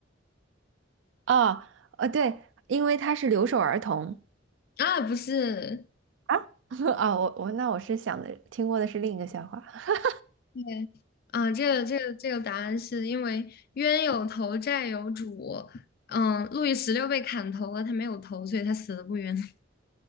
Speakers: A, on the right; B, on the left.
A: 啊呃，对，因为他是留守儿童。
B: 啊？不是
A: 啊，<laughs> 啊，我我那我是想的，听过的是另一个笑话。<laughs>
B: 对，啊，这个这个这个答案是因为冤有头债有主，嗯，路易十六被砍头了，他没有头，所以他死的不冤。<laughs>